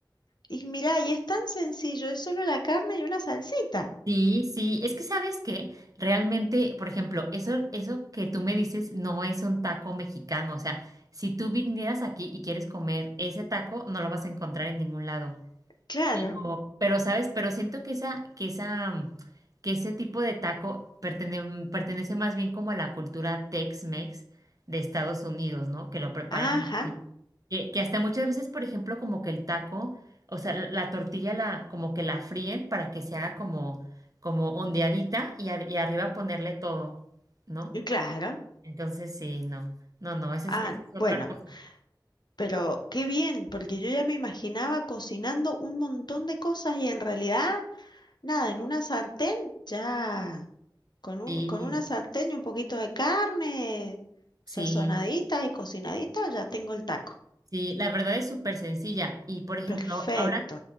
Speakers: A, on the left; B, on the right.
A: y mira, y es tan sencillo, es solo la carne y una salsita.
B: Sí, sí, es que sabes que realmente, por ejemplo, eso, eso que tú me dices no es un taco mexicano, o sea, si tú vinieras aquí y quieres comer ese taco, no lo vas a encontrar en ningún lado.
A: Claro,
B: Pero, pero, ¿sabes? Pero siento que esa, que esa, que ese tipo de taco pertene- pertenece más bien como a la cultura Tex-Mex de Estados Unidos, ¿no? Que lo preparan
A: ajá,
B: así. Que, que hasta muchas veces, por ejemplo, como que el taco, o sea, la, la tortilla la, como que la fríen para que se haga como, como ondeadita y, a- y arriba ponerle todo, ¿no?
A: y claro.
B: Entonces, sí, no. No, no, esa
A: Ah,
B: es, esa es otra
A: bueno,
B: cosa.
A: pero qué bien, porque yo ya me imaginaba cocinando un montón de cosas y en realidad, nada, en una sartén ya. Con un,
B: Sí,
A: con una sartén y un poquito de carne sazonadita
B: sí.
A: y cocinadita, ya tengo el taco.
B: Sí, la verdad es súper sencilla. Y por ejemplo,
A: Perfecto.
B: ahora